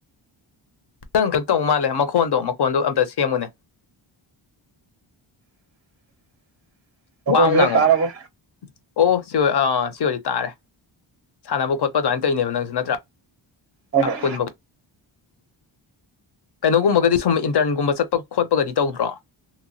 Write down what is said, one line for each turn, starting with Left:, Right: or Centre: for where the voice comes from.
Left: ꯈꯤꯇꯪ ꯈꯛ ꯇꯧ ꯃꯥꯜꯂꯦ ꯃꯈꯣꯟꯗꯣ ꯃꯈꯣꯟꯗꯣ ꯑꯝꯇ ꯁꯦꯝꯃꯨꯅꯦ
Right: <inaudible> ꯃꯈꯣꯟꯖꯦ
Left: ꯋꯥ ꯑꯃ ꯉꯥꯡꯉꯑꯣ
Right: ꯇꯥꯔꯕꯣ
Left: ꯑꯣ ꯁꯤ ꯑꯣꯏ ꯗ ꯇꯥꯔꯦ ꯁꯥꯟꯅꯕ ꯈꯣꯠ ꯑꯗꯨꯃꯥꯏꯅ ꯇꯔꯤꯅꯦ ꯅꯪꯁꯤꯅ
Right: ꯍꯣꯏ ꯍꯣꯏ
Left: ꯑꯄꯨꯟꯕ ꯀꯩꯅꯣꯒꯨꯝꯕꯒꯗꯤ ꯁꯨꯝ ꯏꯟꯇ꯭ꯔꯟꯒꯨꯝꯕ ꯆꯠꯄ ꯈꯣꯠꯄꯒꯗꯤ ꯇꯧꯗ꯭ꯔꯣ